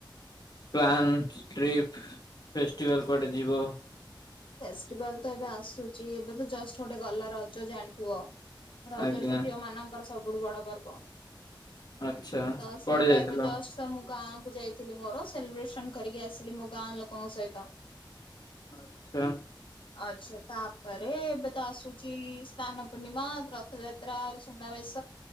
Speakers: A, on the left; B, on the left.
A: ପ୍ଲାନ୍? ଟ୍ରିପ୍ ଫେଷ୍ଟିଭାଲ କୁଆଡେ ଯିବ?
B: ଫେଷ୍ଟିଭାଲ ତ ଏବେ ଆସୁଛି ଏବେ ତ ଜଷ୍ଟ ଗୋଟେ ଗଲା ରଜ ଜାଣିଥିବ। ରଜରେ
A: ଆଜ୍ଞା
B: ତ ଝିଅ ମାନଙ୍କର ସବୁଠୁ ବଡ ପର୍ବ।
A: ଆଚ୍ଛା
B: ତ
A: କୁଆଡେ
B: ସେଇଟା
A: ଯାଇଥିଲ?
B: ଏବେ ଜଷ୍ଟ ତ ମୁଁ ଗାଁ କୁ ଯାଇଥିଲି ମୋର ସେଲିବ୍ରେସନ କରିକି ଆସିଲି ମୋ ଗାଁ ଲୋକଙ୍କ ସହିତ।
A: ଆଚ୍ଛା।
B: ଆଚ୍ଛା ତାପରେ ଏବେ ତ ଆସୁଛି ସ୍ଥାନ ପୂର୍ଣ୍ଣିମା ର ରଥ ଯାତ୍ରା ସୁନାବେଶ୍।